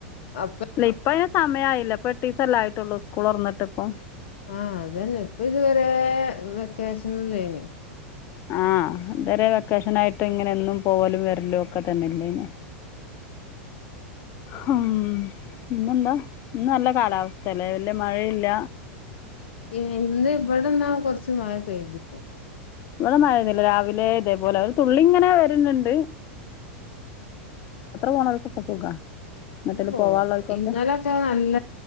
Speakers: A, on the left; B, on the left.
A: അപ്പൊ
B: ഇല്ല ഇപ്പ അ സമയായില്ല ഇപ്പൊ ടീസല്ലയിട്ടുള്ളു സ്കൂളൊർന്ന്ട്ട് ഇപ്പൊ
A: ആഹ് അതന്നെ ഇപ്പൊ ഇതുവരെ വെക്കേഷനല്ലേയ്നു.
B: ആഹ് ഇതരെ വെക്കേഷനായിട്ട്ങ്ങനെന്നും പോവലും വരലും ഒക്കെ തന്നെയ്ന്നോ ഹൂം ഇന്നെന്താ ഇന്നല്ല കാലാവസ്തല്ലേ വല്ല്യേ മയീല്ല
A: ഏ ഇന്ന് ബടന്നാ കൊറ് ച്ച് മയ പെയ്ത്പ്പോ
B: ഇവടെ മയെന്നുല്ല രാവിലേതേപോലെ ഓരോ തുള്ളിങ്ങനെ വര്ന്ന്ണ്ട്
A: <inaudible>
B: പോണവർക്കൊക്കെ സുഖാ എങ്ങട്ടേലും
A: പോവാ
B: പോവാനുള്ളവർക്കൊക്കെ
A: ഇന്നലൊക്കെ നല്ല